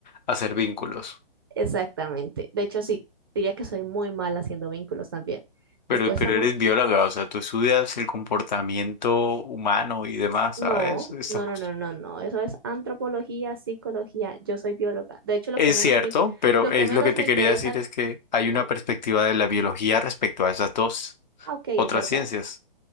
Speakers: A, on the left (about 50°); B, on the right (about 25°).
A: hacer vínculos.
B: Exactamente. De hecho, sí, diría que soy muy mala haciendo vínculos también.
A: Pero,
B: Me cuesta
A: pero
B: mucho.
A: eres bióloga, o sea, tú estudias el comportamiento humano y demás,
B: No,
A: ¿sabes? Estas
B: no,
A: cosas.
B: no, no, no, no. Eso es antropología, psicología. Yo soy bióloga. De hecho, lo
A: Es
B: que menos
A: cierto,
B: me,
A: pero
B: lo
A: es
B: que menos
A: lo que te
B: me interesan.
A: quería decir es que hay una
B: Ah,
A: perspectiva de la biología respecto a esas dos
B: Ah, ok, es
A: otras
B: verdad.
A: ciencias.